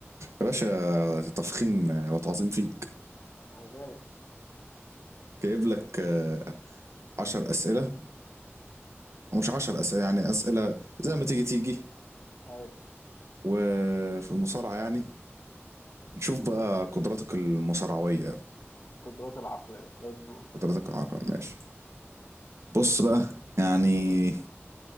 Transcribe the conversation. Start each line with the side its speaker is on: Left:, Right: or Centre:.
Right: يا باشا تفخيم وتعظيم فيك
Left: هو باين
Right: جايب لك آه، عشر اسئله
Left: اه
Right: او مش عشر اسئله يعني اسئله زي ما تيجي تيجي
Left: ايوه
Right: وفي المصارعه يعني نشوف بقى قدراتك المصارعويه
Left: القدرات العقلية ليتس جو
Right: قدراتك العقل ماشي بص بقى يعني